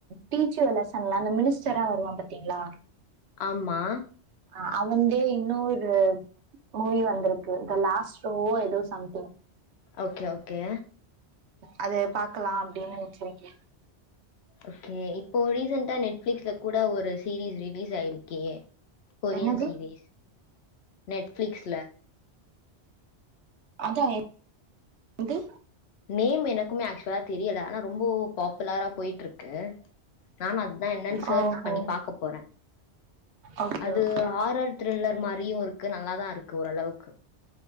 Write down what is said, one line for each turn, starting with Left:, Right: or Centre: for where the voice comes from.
Right: டீச் எ லெசன்ல அந்த மினிஸ்டரா வருவா பாத்திங்ளா
Left: அம்மா
Right: ஆ அவந்தே இன்னோரு மூவி வந்ருக்கு த லாஸ்ட் ரோவோ எதோ சம்திங்
Left: ஓகே ஓகே
Right: அத பாக்கலா அப்டினு வச்சுருக்கே
Left: ஓகே இப்போ ரீசன்ட்டா நெட்ஃபிளிக்ஸ்ல கூட ஒரு சீரிஸ் ரிலீஸ் ஆயிருக்கே கொரியன்
Right: என்னது
Left: சீரிஸ் நெட்ஃப்ளிக்ஸ்ல
Right: அதா எ எது
Left: நேம் எனக்குமே ஆக்சுவலா தெரியல ஆனா ரொம்போ பாப்புலரா போயிட்ருக் கு நானு அதா என்னன் சர்ச்
Right: ஓஹோ
Left: பண்ணி பாக்க போற
Right: ஓகே
Left: அது
Right: ஓகே
Left: ஆரர் த்ரில்லர் மாரியு இருக்கு நல்லாதா இருக்கு ஓரளவுக்கு